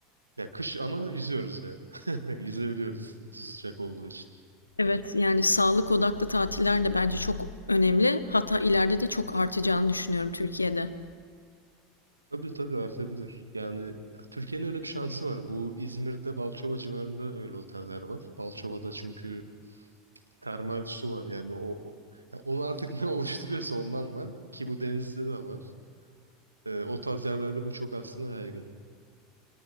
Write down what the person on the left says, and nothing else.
Evet, yani sağlık odaklı tatiller de bence çok önemli. Hatta ileride de çok artacağını düşünüyorum Türkiye'de.